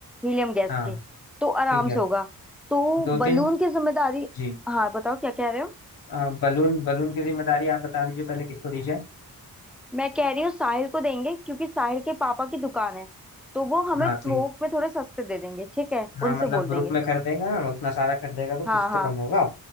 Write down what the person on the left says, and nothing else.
हाँ
ठीक है
दो
तीन
जी
अ, बलून बलून की जिम्मेदारी आप बता दीजिए पहले किसको दीजिए
हाँ ठीक
हाँ
मतलब
ग्रुप
में कर देगा उतना सारा कर देगा तो कुछ
तो कम होगा